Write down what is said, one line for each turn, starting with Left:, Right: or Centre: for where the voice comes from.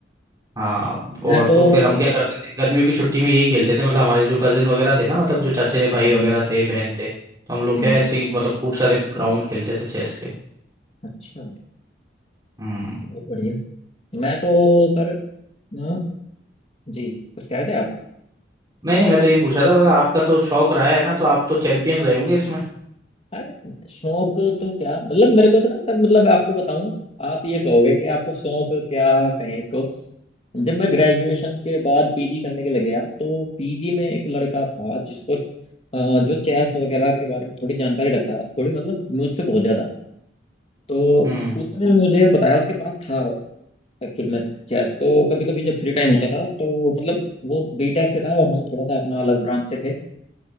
Right: हाँ
Left: मैं
Right: और
Left: तो
Right: तो फिर हम क्या करते थे गर्मियों की छुट्टी में यही खेलते थे मतलब हमारे जो कजिन वगैरह थे ना मतलब जो चचेरे भाई
Left: हम्म,
Right: वगैरह थे बहन थे तो हम लोग क्या
Left: हम्म,
Right: ऐसे ही मतलब खूब सारे राउंड खेलते थे चेस के
Left: अच्छा
Right: हम्म
Left: बहुत बढ़िया मैं तो सर हाँ, जी कुछ कह रहे थे आप
Right: नहीं नहीं मैं तो ये पूछा था मतलब आपका तो शौक रहा है ना तो आप तो चैंपियन रहे होंगे इसमें
Left: अरे शौक तो क्या मतलब मेरे को से ना सर मतलब आपको बताऊं आप ये कहोगे कि आपको शौक क्या कहें इसको जब मैं ग्रेजुएशन के बाद पीजी करने के लिए गया तो पीजी में एक लड़का था जिसको अ, जो चेस वगैरह के बारे में थोड़ी जानकारी रखता था थोड़ी मतलब मुझसे बहुत ज्यादा तो
Right: हम्म
Left: उसने मुझे बताया उसके पास था एक्चुअल में चेस तो कभी कभी जब फ्री टाइम होता था तो वो मतलब वो बीटेक से था और हम थोड़ा सा अपना अलग ब्रांच से थे